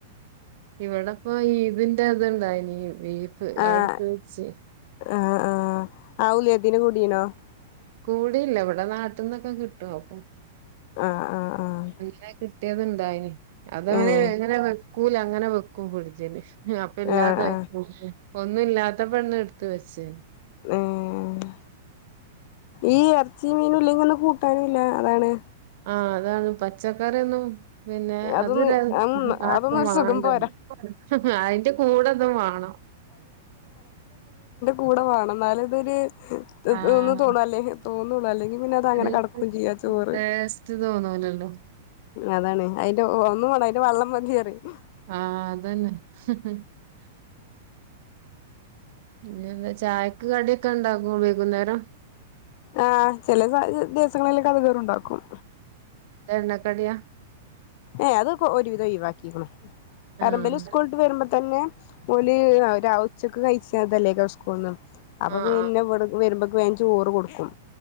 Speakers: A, on the right; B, on the left.
A: ഇവിടെ ഇപ്പൊ ഈതിന്റെ ത്ണ്ടായിന് ബീഫ്
B: ആഹ്
A: അടുത്ത് വെച്ച്
B: ആഹ് ആഹ് ആ <unintelligible>
A: കൂടിയില്ല ഇവിടെ നാട്ടിൽ നിന്നൊക്കെ കിട്ടോ അപ്പൊ
B: ആഹ് ആഹ് ആഹ്
A: <unintelligible> റ്റേത് ഉണ്ടായിന് അതങ്ങനെ
B: ഏഹ്
A: എങ്ങനെ കൂല അങ്ങനെ വെക്കും ഫ്രിഡ്ജില് അപ്പ ഇല്ലാതായി
B: ആഹ് ആഹ്
A: പോകൂ ഒന്ന ഇല്ലാത്തപ്പാണ് എടു ത്ത് വച്ച്
B: ഏഹ് ഈ ഇറച്ചി മീന ഇല്ലെങ്കിൽ ഒന്ന് കൂ താനില്ല അതാണ്
A: ആ അതാണ് പച്ചക്കറിയൊന്നും പിന്നെ
B: അതൊന്ന്
A: അത് ആക്കും
B: അതൊന്നും ഒരു
A: വേണ്ടത്
B: സുഖം പോരാ
A: അതിന്റെ കൂടെതും വേണം
B: കൂടവേണം എന്നാലതൊരു
A: ആഹ്
B: ഒന്ന് <unintelligible> തോന്നൂല്ല അല്ലെങ്കിൽ പിന്നെ അത്
A: ഒരു
B: അങ്ങനെ കടക്കും ചെയ്യാ ചോറ്
A: ടേസ്റ്റ് തോന്നൂലല്ലോ
B: അതാണ് അയിന്റെ ഒന്ന് വേണം അതിന്റെ വെള്ളം <unintelligible>
A: ആഹ് <inaudible> പിന്നെ എന്താ ചായക്ക് കടിയൊക്കെ ഉണ്ടാകും വൈകുന്നേരം
B: ആ ചില ദിവസങ്ങളിലൊ കടിണ്ടാക്കും
A: എണ്ണ കടിയാ
B: ഏ അതൊക്കെ ഒരുവിധം ഒഴിവാക്കിക്കണു
A: ആഹ്
B: <unintelligible> സ്കൂളീട്ട് വരുമ്പ തന്നെ പുള്ളി ഉച്ചക്ക് കഴിച്ചതല്ലേ സ്കൂളിന്ന് അപ്പൊ
A: ആഹ്
B: പിന്നെ ഇവിടെക്ക് വരുമ്പോ ചോറ് കൊടുക്കും